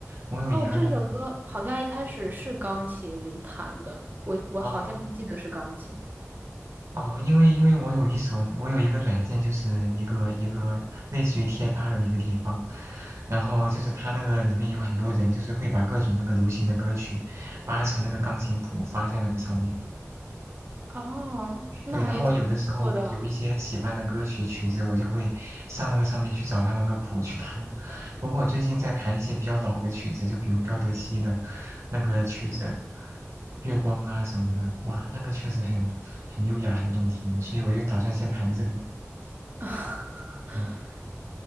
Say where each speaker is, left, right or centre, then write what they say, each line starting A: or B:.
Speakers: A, on the right; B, on the right.
A: 我有一个那个，
B: 哦，这首歌好像一开始是钢琴弹的，我我好像记得是钢琴。
A: 哦哦，因为因为我有一首，我有一个软件，就是一个一个类似于贴吧的一个地方，然后就是它那个里面有很多人，就是会把各种那个流行的歌曲扒成那个钢琴谱发在那个上面。
B: 哦，那还挺不错的。
A: 对，然后我有的时候有一些喜欢的歌曲曲子，我就会上那个上面去找它那个谱去弹。包括我最近在弹一些比较老的曲子，就比如彪德西的那个曲子《月光》啊什么的，哇，那个确实很很优雅，很动听，所以我就打算先弹这个。
B: <laughs>
A: 嗯